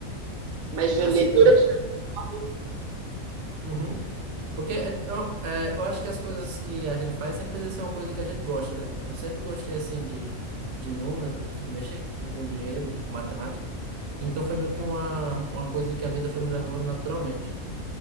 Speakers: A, on the right; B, on the right.
A: Mas de
B: Assim
A: leitura
B: também.
A: de hobby?
B: Uhum. Porque é, eu, é, eu acho que as coisas que a gente faz sempre precisa ser uma coisa que a gente gosta, né? Eu sempre gostei, assim, de, de números, mexer com dinheiro, com matemática. Então foi meio que uma, uma coisa que a vida foi me levando naturalmente.